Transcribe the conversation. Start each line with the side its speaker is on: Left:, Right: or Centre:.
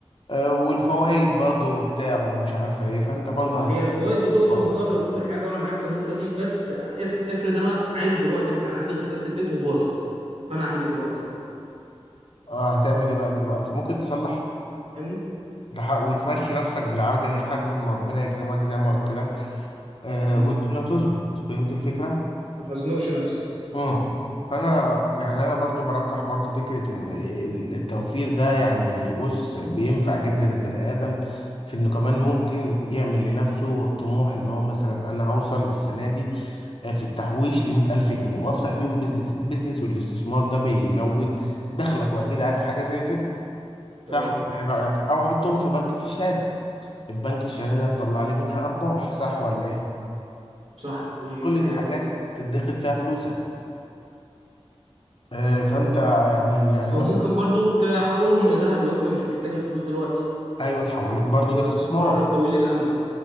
Left: آه والفوائد
Right: مم.
Left: برضو بتاعه مش عارفه ايه فانت برضو هت
Right: هي الفوائد بتقطم
Left: آه.
Right: الظهر وكل حاجة وانا معاك في النقطة دي بس اف... افرض انا عايز دلوقتي انا كان عندي غسالة البيت وباظت فانا اعمل ايه دلوقتي
Left: اه هتعمل ايه بقى دلوقتي ممكن تصلح
Right: فاهمني
Left: لح- وتمشي نفسك بالعرجة دي لحد ما ربنا يكرمك زي ما قلت لك آه
Right: مم.
Left: والدنيا تظبط فهمت الفكرة
Right: عشان ما ازنقش نفسي
Left: امم فانا يعني انا برضو برجح برضو فكرة ان ال- التوفير ده يعني بص بينفع جدا البني ادم في انه كمان ممكن يعمل لنفسه طموح ان هو مثلا انا هوصل للسنة دي آه، في التحويش لمية ألف جنيه وأفتح بيهم بيزنس البيزنس والاستثمار ده بيزود دخلك وأكيد عارف حاجة زي كده صح
Right: ده اه
Left: ولا ايه رأيك او احطهم في بنك في شهادة البنك الشهادة ده هتطلع لي منها ارباح صح ولا ايه
Right: صح دي
Left: كل
Right: فكرة
Left: دي حاجات
Right: كويسة
Left: تدخر فيها فلوسك آه، فانت يعني يعني
Right: او
Left: مثلا
Right: ممكن برضو تحولهم لذهب لو انت مش محتاج الفلوس دلوقتي
Left: ايوه تحولهم برضو
Right: لو
Left: ده استثمار
Right: استثمار طويل الامد